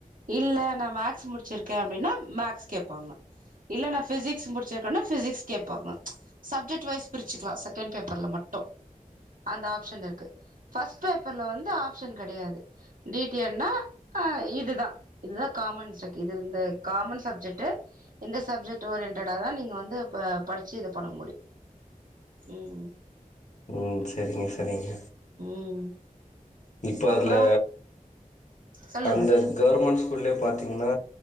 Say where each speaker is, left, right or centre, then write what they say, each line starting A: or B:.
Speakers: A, on the right; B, on the left.
A: இல்ல நான் மேக்ஸ் முடிச்சிருக்கேன் அப்டின்னா மேக்ஸ் கேப்பாங்க இல்ல நான் பிசிக்ஸ் முடிச்சிருக்கேனா பிசிக்ஸ் கேப்பாங்க சப்ஜெக்ட் வைஸ் பிரிச்சிக்கலாம் செகண்ட் பேப்பர்ல மட்டும் ட்டோ அந்த ஆஃப்ஷன் இருக்கு ஃபஸ்ட் பேப்பர்ல வந்து ஆப்ஷன் கெடையாது டிடியல்ன்னா இது தான் இதுதான் காமன் செக் இது இந்த காமன் சப்ஜெக்ட் இந்த சப்ஜெக்ட் ஓரியன்ட்டாடா தான் நீங்கள வந்து இ படிச்சி இது பண்ண முடியும் ம்ம்
B: உம் செரிங்க செரிங்க
A: ம்
B: இப்ப
A: அப்றோ
B: அதுல
A: சொல்லுங்க
B: அந்த கேவர்மெண்ட் ஸ்கூ ஸ்கூல்லேயே பார்த்தீங்கன்னா